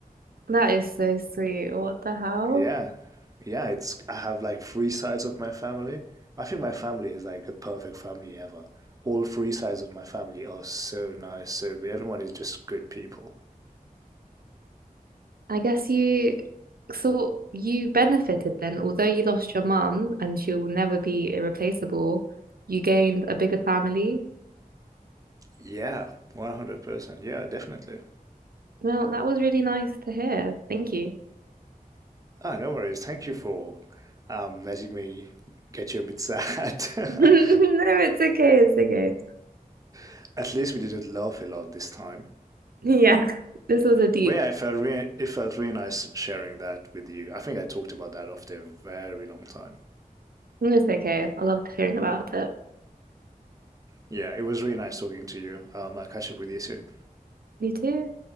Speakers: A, on the right; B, on the right.
A: That is so sweet. What the hell?
B: Yeah, yeah. It's I have like three sides of my family. I think my family is like the perfect family ever. All three sides of my family are so nice, so good. Everyone is just good people.
A: I guess you, so you benefited then, although you lost your mum and she will never be irreplaceable, you gained a bigger family
B: Yeah, 100%. Yeah, definitely.
A: Well, that was really nice to hear. Thank you.
B: Ah, no worries. Thank you for um, letting me get you a bit sad.
A: <laughs> No, it's okay. It's okay.
B: <laughs> At least we didn't laugh a lot this time.
A: Yeah, <laughs> this was a deep.
B: But yeah, it felt really, it felt really nice sharing that with you. I think I talked about that after a very long time.
A: It's okay. I loved hearing about it.
B: Yeah, it was really nice talking to you. Um, I'll catch up with you soon.
A: You too.